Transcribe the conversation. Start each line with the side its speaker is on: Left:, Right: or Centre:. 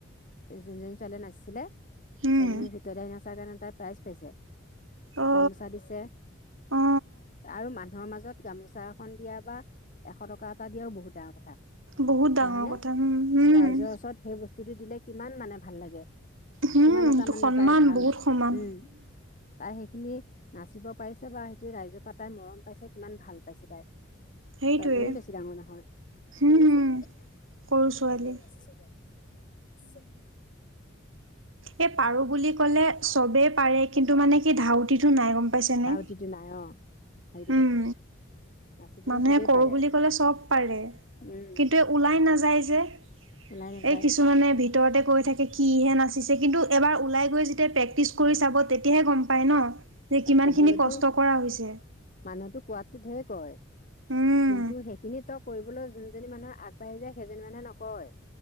Left: যোনজনী ছোৱালী নাচিছিলে
Right: উম
Left: ছোৱালীজনী সূত্ৰধাৰি নাচাৰ কাৰণে। তাই প্ৰাইজ পাইছে।
Right: অ
Left: গামোচা দিছে
Right: অ
Left: আৰু মানুহৰ মাজত গামোচা এখন দিয়া বা এশ টকা এটা দিয়াও বহুত ডা। থা
Right: বহুত ডাঙৰ
Left: নহয় নে?
Right: কথা উম উম
Left: ৰাইজৰ ওচৰত সেই বস্তুটো দিলে কিমান মানে ভাল লাগে।
Right: উম,
Left: কিমান এটা
Right: এইটো
Left: মানে
Right: সন্মান
Left: তাই ভাল।
Right: বহুত সমান
Left: উম তাই সেই খিনি নাচিব পাৰিছে বা সেইটো ৰাইজৰ পৰা তাই মৰম পাইছে কিমান ভাল পাইছে তাই।
Right: সেইটোৱে
Left: ছোৱালীজনী বেছি ডাঙৰ নহয়।
Right: উম,
Left: সৰু
Right: উম,
Left: ছোৱালী কিন্তু
Right: সৰু ছোৱালী
Left: ভাল নাচিছিলে। আছে।
Right: এ পাৰো বুলি ক'লে চবেই পাৰে কিন্তু মানে কি ধাউতিটো নাই গম। পাইছেনে
Left: ধাউতিটো নাই অ সেইটো
Right: উম।
Left: কথা নাচিবলৈ
Right: মানুহে
Left: চবেই
Right: কৰো
Left: পাৰে
Right: বুলি ক'লে চব পাৰে
Left: উম
Right: কিন্তু এ ওলাই নাযায় যে।
Left: ওলাই নাযায়।
Right: এই কিছুমানে ভিতৰতে কৈ থাকে কিহে নাচিছে কিন্তু এবাৰ ওলাই গৈ যেতিয়া। প্ৰেক্টিচ কৰি চাব তেতিয়াহে গম পাই ন, যে
Left: এ
Right: কিমানখিনি
Left: কবলৈতো
Right: কষ্ট কৰা হৈছে।
Left: মানুহেতো কোৱাতো ঢেৰ কয়
Right: উম,
Left: কিন্তু সেইখিনি তক। কৰিবলৈ যোনজনী মানুহে আগবাঢ়ি যায় সেইজনী মানুহে নকয়।